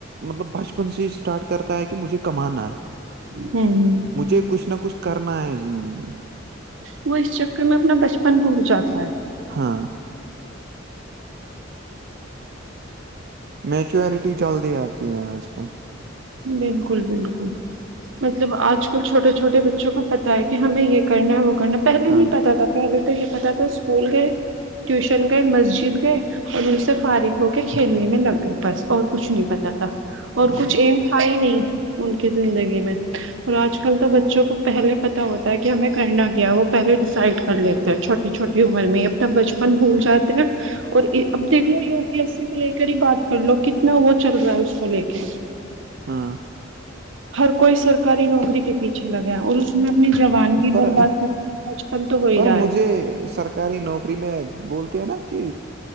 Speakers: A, on the right; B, on the right.
A: مطلب بچپن سے ہی اسٹارٹ کرتا ہے کہ مجھے کمانا ہے
B: ہوں
A: مجھے کچھ نہ کچھ کرنا ہے زندگی میں
B: وہ اس چکر میں اپنا بچپن بھول جاتا ہے
A: ہاں میچورٹی جلدی آتی ہے آج کل
B: بالکل بالکل مطلب آج کل چھوٹے چھوٹے بچوں کو پتا ہے کہ ہمیں یہ کرنا ہے وہ کرنا پہلے
A: ہاں
B: نہیں پتا تھا پہلے تو یہ پتا تھا اسکول گئے ٹیوشن گئے مسجد گئے اور ان سے فارغ ہو کے کھیلنے میں لگ گئے بس اور کچھ نہیں پتا تھا اور
A: ہاں
B: کچھ ایم تھا نہیں ان کی زندگی میں اور آج کل تو بچوں کو پہلے پتا ہوتا ہے کہ ہمیں کرنا کیا وہ پہلے ڈیسائڈ کر لیتے ہیں چھوٹے چھوٹے عمر میں اپنا بچپن بھول جاتے ہیں اور اب دیکھ لو یو پی ایس سی کو لے کر ہی بات کر لو کتنا وہ چل رہا ہے اس کو لے کے
A: ہاں
B: ہر کوئی سرکاری نوکری کے پیچھے لگا اور اس میں اپنی جوبان بھی
A: پر
B: برباد کرتا بچپن تو ہو ہی
A: پر
B: رہا ہے
A: مجھے سرکاری نوکری نری میں بولتے ہیں نا کہ